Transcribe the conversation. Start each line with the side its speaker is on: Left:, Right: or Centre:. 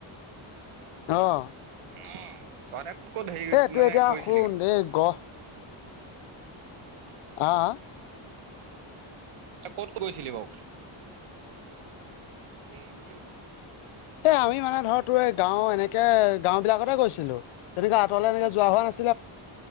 Left: অঁ
Right: অ, তহতে ক'ত হেৰি
Left: এই তোৰ
Right: মানে
Left: এতিয়া
Right: কৰিছিলি
Left: শুন
Right: গে?
Left: এই গহ <unintelligible>
Right: ক'ত ক--ছিলি বাও? <unintelligible>
Left: এ আমি মানে ধৰ তো, এই গাঁও, এনেকে গাঁও বিলাকতে গৈছিলো। তেনেকা আঁতৰলে এনেকে যোৱা হোৱা নাছি।